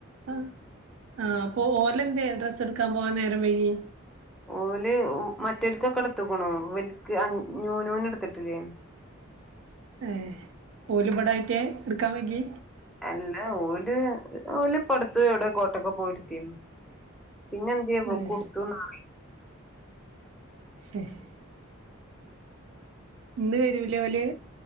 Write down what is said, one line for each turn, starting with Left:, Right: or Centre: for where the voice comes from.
Right: ആ ആഹ അപ്പൊ ഓലെ എന്ത ഡ്രസ്സ് എടുക്കാൻ പോവാൻ നേരം വൈകിയെ.
Centre: ഓല് മറ്റൊലിക്കൊ ക്കെ എടുത്തക്കണു വലക്ക് നൂനൂന് എടുത്തിട്ടില്ലെ.
Right: ഏ ഓലിപടായിറ്റാ എടുക്കാൻ വൈകി.
Centre: അല്ല ഓല് ഓലിപ്പടുത്ത് എവിടെ കോട്ടൊക്കെ പോയിടെത്തിന്ന്. പിന്നെ എന്ത് പോ
Right: ഏഹ്
Centre: കൊടുത്തു നാ
Right: <unintelligible> ഇന്ന് വരൂലേ ഓല്?